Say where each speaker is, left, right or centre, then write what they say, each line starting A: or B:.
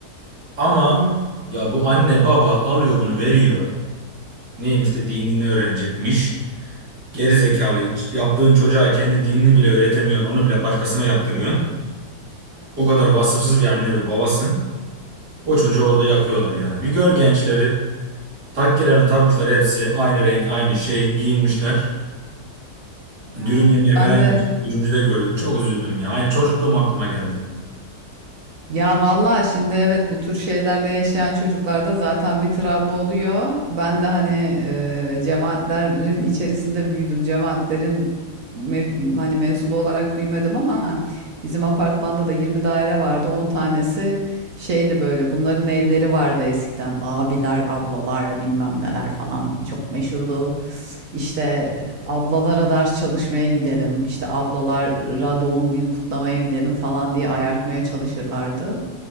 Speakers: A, on the right; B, on the right.
A: Ama
B: Evet.
A: ya bu anne baba alıyor bunu veriyor. Neymiş de
B: Evet,
A: dinini öğrenecekmiş. Geri zekalı yaptığın çocuğa kendi dinini bile öğretemiyorsun, onu bile başkasına yaptırıyorsun.
B: aynen
A: O kadar
B: öyle.
A: vasıfsız bir anne ve babasın. O
B: Maalesef.
A: çocuğu orada yakıyorlar ya. Bir gör gençleri. Takkelerini
B: Tabii canım.
A: takmışlar hepsi. Aynı renk, aynı şey giyinmişler.
B: Ya
A: Dürüm
B: evet
A: yemeye
B: ben
A: falan gitmişler.
B: de
A: Dürümcüde gördüm. Çok üzüldüm ya. Aynı çocukluğum aklıma geldi.
B: Ya vallahi şimdi evet bu tür şeylerle yaşayan çocuklarda zaten bir travma oluyor. Ben de hani e, cemaatlerin içerisinde büyüdüm. Cemaatlerin mev- hani mensubu olarak büyümedim ama bizim apartmanda da 20 daire vardı. on tanesi şeydi böyle bunların evleri vardı eskiden. Abiler, ablalar bilmem neler falan çok meşhurdu. İşte ablalara ders çalışmaya gidelim, işte ablalara doğum günü kutlamaya gidelim falan diye ayartmaya çalışırlardı.